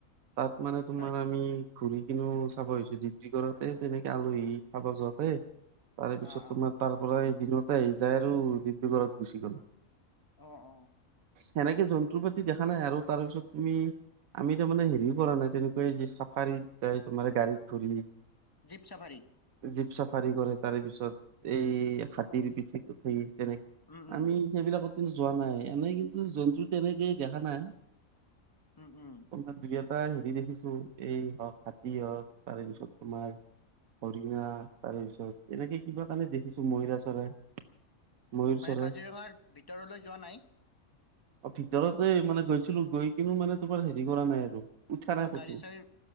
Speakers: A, on the right; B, on the left.
A: তাত মানে তোমাৰ
B: হয়
A: আমি ঘুৰি কিনো চাব আহিছে দিপ কি কৰতে তেনেকে আলহী খাব যোৱাতে তাৰে পিছত
B: অ অ
A: তোমাৰ তাৰ পৰা এই দিনতে আহি যাই আৰু ডিব্ৰুগড়ত গুচি গ'ল।
B: অ অ।
A: সেনেকে জন্তুৰ প্ৰতি দেখা নাই, আৰু তাৰ পিছত তুমি? আমিতো মানে হেৰিও কৰা নাই তেনেকুৱা এ চাফাৰীত যাই তোমাৰ গাড়ীত ঘূৰি
B: জীপ চাফাৰী।
A: জীপ চাফাৰী কৰে তাৰে পিছত,
B: উম
A: এই হাতীৰ পিঠ উঠি তেনেক-
B: উম উম
A: আমি সেইবিলাকত কিন্তু যোৱা নাই, এনেই কিন্তু জন্তু তেনেকেই দেখা নাই।
B: উ উম।
A: ত দুই এটা হেৰি দেখিছো এই হওক হাতী হওক তাৰে পিছত তোমাৰ। হৰিহা তাৰে পিছত এনেকে কিবা কাৰণে দেখিছো মহিৰা চৰাই। ময়ুৰ
B: মানে
A: চৰাই
B: কাজিৰঙাৰ ভিতৰলে যোৱা নাই?
A: অ ভিতৰতে মানে গৈছিলো গৈ কিনো মানে তোমাৰ হেৰি কৰা নাই আৰু। উঠা নাই ক'তো
B: গাড়ী চাড়ী